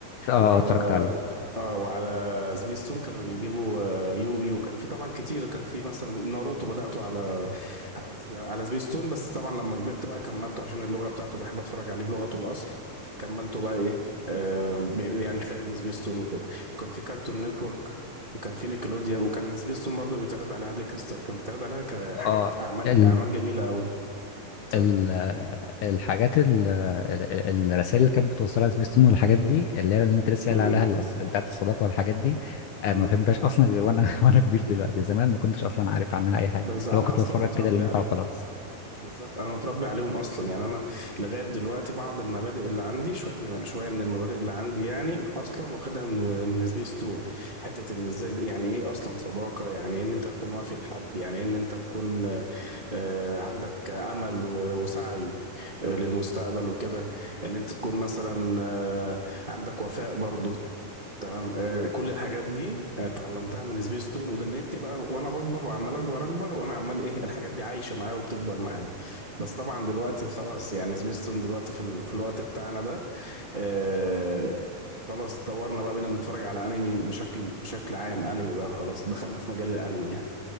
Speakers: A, on the left; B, on the right.
A: اه
B: وعلى
A: اتفرجت عليه
B: اه وعلى سبيستون كانوا بيجيبوا آه، يوجي وكان في طبعا كتير كان في مثلا ناروتو بدأته على على سب... على سبيستون بس طبعا لما كبرت بقى كملته عشان اللغة بتاعته بحب اتفرج عليه بلغته الأصل كملته بقى ايه آه ب- يعني خارج سبيستون وكده وكان في كارتون نتورك وكان في نيكلوديان وكان سبيستون برضه بيتعرض عليها ديكستر وكان بيتعرض عليها ك- حاجات
A: اه
B: أعمال
A: ال
B: أعمال جميلة أوي تصدق
A: ال الحاجات ال الرسائل اللي كانت بتوصلها سبيستون والحاجات دي اللي هي اللي انت لسه
B: م-
A: قايل
B: م-
A: عليها الأص- بتاعت الصداقه والحاجات دي آه، ما
B: م.
A: فهمتهاش اصلا غير وانا <laughs> وانا كبير دلوقتي زمان ما كنتش اصلا عارف عنها اي حاجه
B: بس أنا
A: لو كنت
B: أصلا
A: بتفرج
B: متربي
A: كده للمتعه
B: عليهم
A: وخلاص
B: بالظبط انا متربي عليهم اصلا يعني انا لغايه دلوقتي بعض المبادئ اللي عندي شويه من شويه من المبادئ اللي عندي يعني اصلا واخدها من من سبيس تون حته ان ازاي يعني ايه اصلا صداقه يعني إيه ان انت تكون وافي لحد يعني إيه ان انت تكون آه، عندك امل و- وسعي آه، للمستقبل وكده ان انت تكون مثلا آه، عندك وفاء برضو تمام آه، كل الحاجات دي آه، اتعلمتها من سبيس تون ودنيتني بقى وانا بكبر وعمال اكبر اكبر وانا عمال ايه الحاجات دي عايشه معايا وبتكبر معايا بس طبعا دلوقتي خلاص يعني سبيس تون دلوقتي في ال... في الوقت بتاعنا ده آه خلاص اتطورنا بقى بقينا بنتفرج على انمي بشكل بشكل عام انمي بقى خلاص دخلنا في مجال الانمي يعني